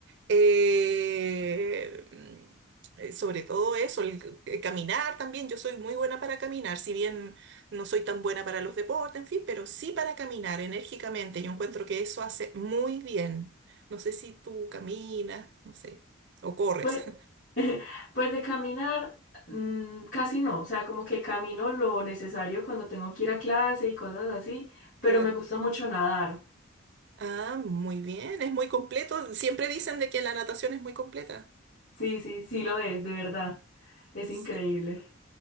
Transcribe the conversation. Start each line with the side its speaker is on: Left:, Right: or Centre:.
Right: eh, eh, sobre todo eso, el, c- eh, caminar también. Yo soy muy buena para caminar, si bien no soy tan buena para los deportes, en fin, pero sí para caminar enérgicamente. Yo encuentro que eso hace muy bien. No sé si tú caminas, no sé, o corres.
Left: Pues,
Right: <laughs>
Left: <laughs> pues de caminar, mm, casi no. O sea, como que camino lo necesario cuando tengo que ir a clase y cosas así, pero
Right: Claro.
Left: me gusta mucho nadar.
Right: Ah, muy bien, es muy completo. Siempre dicen de que la natación es muy completa.
Left: Sí, sí, sí lo es, de verdad. Es
Right: Sí,
Left: increíble.